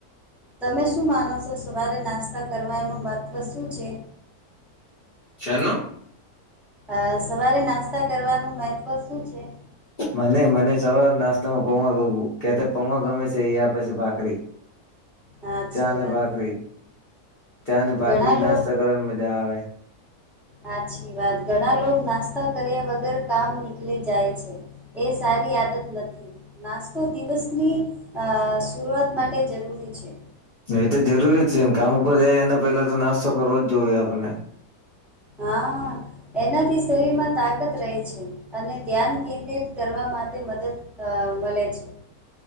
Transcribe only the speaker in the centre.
તમે શું માનો સો? સવારે નાસ્તા કરવાનું મહત્વ શું છે?
અહ સવારે નાસ્તા કરવાનું મહત્ત્વ શું છે?
હાચી
વાત.
ઘણા લોક
હાચી વાત. ઘણા લોકો નાસ્તા કર્યા વગર કામ નીકલી જાય છે. એ સારી આદત નથી. નાસ્તો દિવસની અહ શુરૂઆત માટે જરૂરી છે.
હા. એનાથી શરીરમાં તાકત રહે છે. અને ધ્યાન કેન્દ્રિત કરવા માટે મદદ અહ મલે છે.